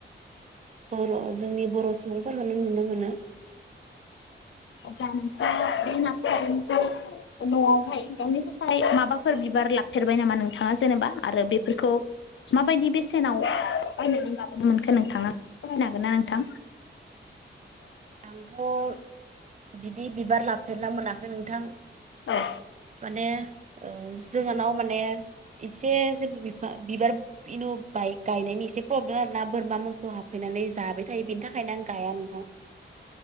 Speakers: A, on the right (about 40°); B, on the left (about 80°).
A: बर' जोंनि बर' सुबुंफोरखौनो नुनो मोनो
B: जानस बे मास खालाम <unintelligible> न'आवहाय गायनो थाखाय माबाफोर बिबार लाफेरबाय नामा नोंथाङा जेनेबा आरो बेफोरखौ माबायदि बेसेनाव बायनानै लाबोनो मोनखो नोंथाङा फोरमायनो हागोन ना नोंथां
A: आंथ' बिदि बिबार लाफेरनो मोनाखै नोंथां
B: औ
A: माने जोंहानाव माने एसे जेबो बिफां बिबार इनाय गायनायनि एसे प्रब्लेम आरोना बोरमा मोसौ हाबफैनाय नानै जाबाय थायो बेनि थाखायनो आं गाया नोंथां